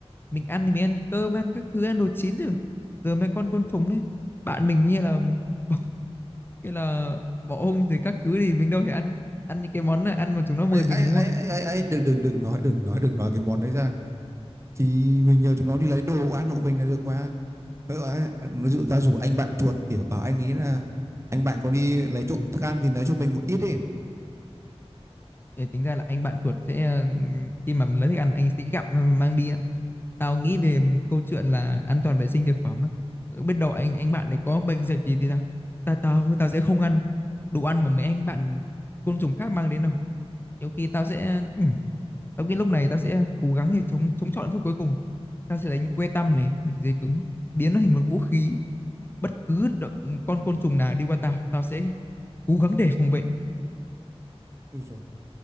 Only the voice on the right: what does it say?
ấy
ấy ấy
ấy ấy, ấy. đừng đừng đừng nói đừng nói đừng nói cái món đấy ra thì mình nhờ chúng nó đi lấy đồ ăn hộ mình là được mà Ví dụ ai- ví dụ ta rủ anh bạn chuột kiểu bảo anh ấy là anh bạn có đi lấy trộm thức ăn thì lấy cho mình một ít đi
ui dồi